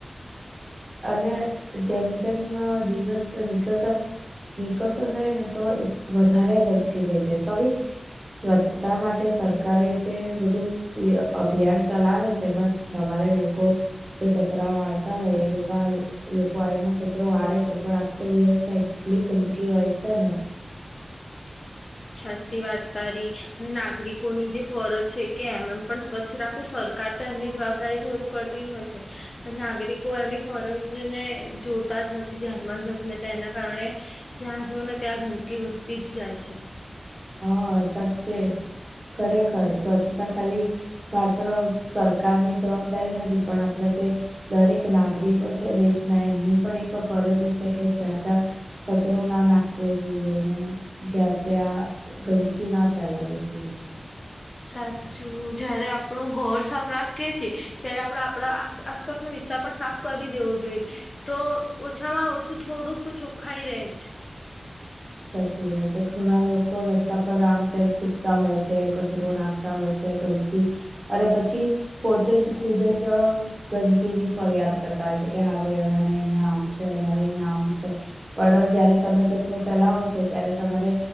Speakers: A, on the right; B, on the left.
A: અને જેમ જેમ દિવસ નીકળતા નીકળતો જાય ને તોય વધારે ગંદકી થઈ જાય તો બી સ્વચ્છતા માટે સરકારે જે બધું અભિયાન ચલાવે છે એમાં સવારે લોકો જે કચરા વાળતા હોય એ લોક લોકો આઈને કચરો વાળે છે પણ આખો દિવસ એટલી ગંદકી હોય છે ને
B: સાચી વાત તારી નાગરિકોની જે ફરજ છે કે એમ એમ પણ સ્વ્છ રાખું સરકાર તો એમની જવાબદારી થી બધુ કરતી હોય છે પણ નાગરિકો એમની ફરજને જોતા જ નથી ધ્યાનમાં જ નથી લેતા એના કારણે જ્યાં જુવોને ત્યાં ગંદકી વધતી જ જાય છે.
A: હા સાચ્ચે ખરેખર સ્વચ્છતા ખાલી માત્ર સરકારની જવાબદારી નથી પણ આપણે જે દરેક નાગરિકો છે દેશના એમની પણ એક ફરજ છે કે જ્યાં ત્યાં કચરો ના નાખવો જોઈએ ને જ્યા ત્યાં ગંદકી ના ફેલાવવી જોઈએ.
B: સાચું જયારે આપણું ઘર સાફ રાખીએ છીએ ત્યારે આપડે આપડા આસપાસનો વિસ્તાર પણ સાફ કરી દેવો જોઈએ. તો ઓછામાં ઓછું થોડુંક તો ચોખ્ખાઈ રહે જ.
A: સાચી વાત તો ઘણા લોકો રસ્તા પર આમ તેમ થુકતા હોય છે કચરો નાખ તા હોય છે ગંદકી અને પછી પોતે જ ખુદ જ ગંદકી ની ફરિયાદ કરતા હોય છે કે હા ભાઈ અમારે અહિયાં આવું છે અમારે અહિયાં આવું છે. પણ જયારે તમે કચરો ફેલાવો છો ત્યારે તમારે